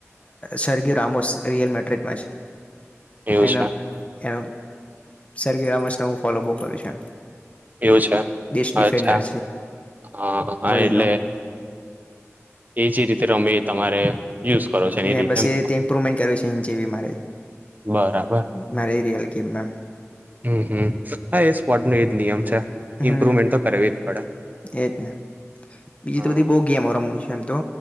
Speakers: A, on the left; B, on the right.
A: સર્ગી રામોસ રિયલ મેટ્રિક માં છે.
B: એવું
A: એને
B: છે
A: એ સરગી રામસને હું ફોલો બહુ કરું છે.
B: એવું છે,
A: બેસ્ટ ડિફેન્ડર
B: અચ્છા હ હ
A: વર્લ્ડનો
B: એટલે. એ જે રીતે રમે તમારે. યુઝ કરો છો એની
A: એ બસ
B: એમ
A: એ રીતે ઇમ્પ્રુવમેન્ટ કરવી છે, એ જેવી મારે.
B: બરાબર.
A: મારે એરિયાલ ગેમ રમ.
B: હમ્મ હમ્મ હ એ સ્પોર્ટ ન એજ નિયમ છે.
A: હમ
B: ઇમ્પ્રુવમેન્ટ તો કરવી જ પડે.
A: એજ ને બીજી
B: હા
A: તો બધી બહુ ગેમો રમું છે, એમ તો